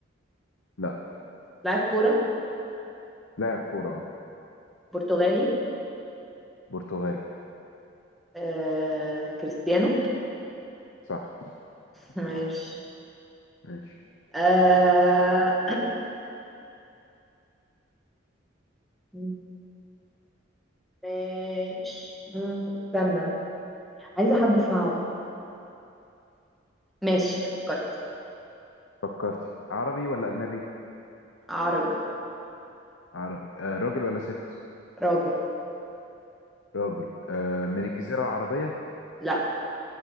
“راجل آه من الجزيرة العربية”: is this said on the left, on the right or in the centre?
Left